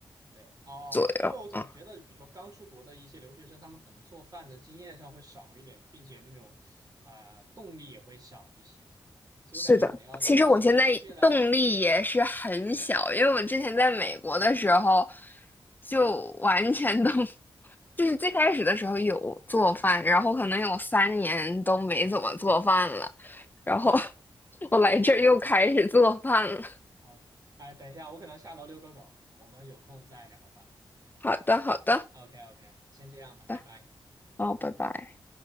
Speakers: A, on the right; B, on the left.
A: 对，哦，
B: 左右啊。
A: 因为我总觉得，比如说刚出国的一些留学生，他们可能做饭的经验上会少一点，并且那种啊、呃动力也会小一些，所以我感觉可能要在时间是越来，
B: 是的，其实我现在动力也是很小，因为我之前在美国的时候就完全都，<laughs> 就是最开始的时候有做饭，然后可能有三年都没怎么做饭了，
A: 当然，
B: 然后 <laughs> 我来这儿又开始做饭了。
A: 哦，OK OK，哎，等一下，我可能要下楼遛个狗了，我们有空再聊吧。
B: 好的，好的，好
A: OK OK，先这样吧，
B: 的，
A: 拜拜。
B: 好，拜拜。